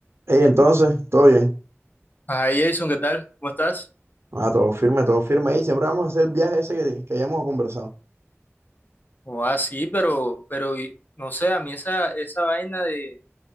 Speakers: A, on the right (about 65°); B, on the left (about 40°).
A: Ey, entonces, todo bien.
B: Ah, Jason, ¿qué tal? ¿Cómo estás?
A: Ah, todo firme, todo firme. Y siempre vamos a hacer el viaje ese que, que hayamos conversado.
B: O ah, sí, pero, pero y- no sé, a mí esa, esa vaina de,